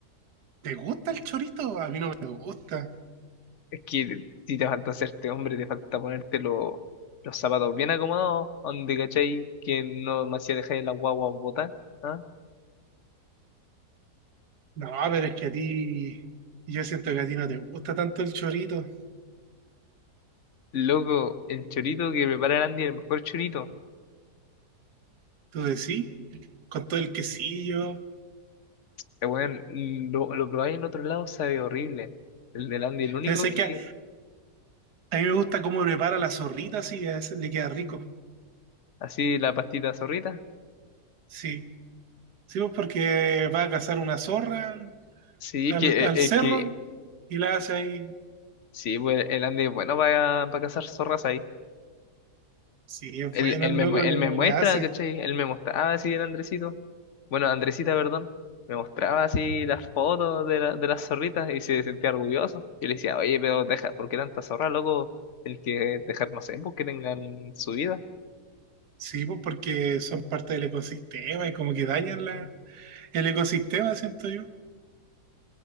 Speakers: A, on the right; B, on the left.
A: ¿Te gusta el chorito? A mí no me gusta.
B: Es que si te falta hacerte hombre, te falta ponerte lo- los zapatos bien acomodados, donde cachai que no me hacía dejar la guagua botar. ¿ah?
A: No, pero es que a ti, yo siento que a ti no te gusta tanto el chorito.
B: Loco, el chorito que prepara el Andy, el mejor chorito.
A: ¿Tú decís? sí, Con todo el quesillo.
B: Eh, weón, mm, lo, lo probáis en otro lado, sabe horrible. El del Andy, el único
A: Pero sé
B: que,
A: que a, a mí me gusta cómo prepara la zorrita, así que a veces le queda rico.
B: así la pastita zorrita.
A: Sí. Sí, pues porque va a cazar una zorra
B: Sí,
A: al,
B: es que,
A: al
B: e, es
A: cerro
B: que,
A: y la hace ahí.
B: sí, pues el Andy es bueno para, para cazar zorras ahí.
A: Sí, es
B: Él,
A: bueno
B: él
A: el
B: me,
A: loco,
B: mu- él
A: le,
B: me muestra,
A: le hace.
B: ¿cachai? Él me mostraba así el Andresito. Bueno, Andresita, perdón. Me mostraba así las fotos de, la- de las zorritas y se sentía orgulloso. Y le decía, oye, pero deja, ¿por qué tanta zorra, loco? El que dejar, no sé, pues que tengan su vida.
A: Sí, pues porque son parte del ecosistema y como que dañan la, el ecosistema, siento yo.